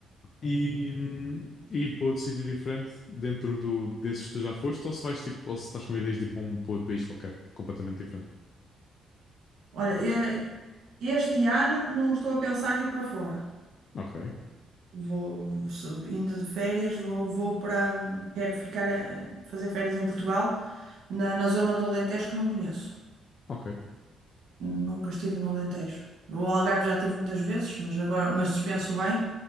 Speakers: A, on the left; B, on the right.
A: e, hum, e ir para outro sítio diferente dentro do, desses que tu já foste, ou se vais tipo, ou se estás com ideias de ir para, um, para outro país qualquer, completamente diferente.
B: Olha, eh, este ano não estou a pensar em ir para fora.
A: Ok,
B: Vou se- indo de férias, vou, vou para. hum, Quero ficar a fazer férias em Portugal. Na, na zona do Alentejo que não conheço.
A: ok.
B: Nunca estive no Alentejo. O Algarve já estive muitas vezes, mas agora, mas dispenso bem.